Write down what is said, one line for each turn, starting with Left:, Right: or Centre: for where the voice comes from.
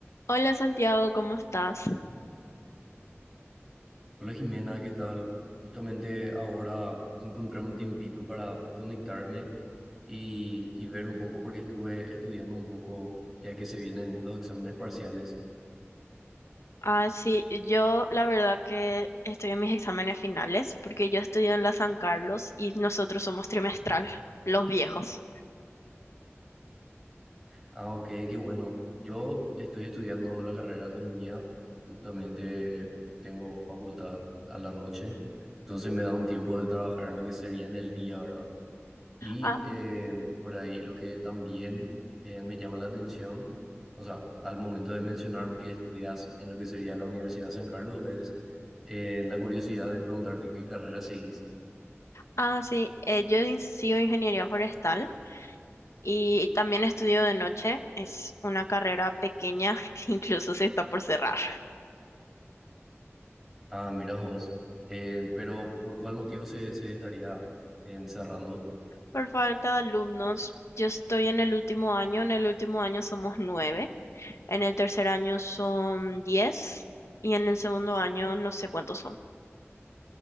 Left: Hola Santiago, ¿cómo estás?
Centre: Hola Jimena, ¿qué tal? Justamente ahora encontré un tiempito para conectarme y, y ver un poco porque estuve estudiando un poco ya que se vienen los exámenes parciales.
Left: Ah, sí, yo la verdad que estoy en mis exámenes finales porque yo estudio en la San Carlos y nosotros somos trimestral, los viejos.
Centre: Ah, ok, qué bueno. Yo estoy estudiando la carrera de economía, justamente tengo facultad a la noche, entonces me da un tiempo de trabajar en lo que sería en el día, ¿verdad? Y
Left: Ah,
Centre: eh, de por ahí lo que también eh, me llama la atención, o sea, al momento de mencionarme que estudias en lo que sería la Universidad de San Carlos, es eh, la curiosidad de preguntarte qué carrera seguís.
Left: ah, sí, eh, yo in- sigo ingeniería forestal y también estudio de noche. Es una carrera pequeña <laughs> que incluso se está por cerrar.
Centre: Ah, mira vos. Eh, pero ¿por cuál motivo se, se estaría encerrando?
Left: Por falta de alumnos, yo estoy en el último año. En el último año somos nueve, en el tercer año son diez y en el segundo año no sé cuántos son.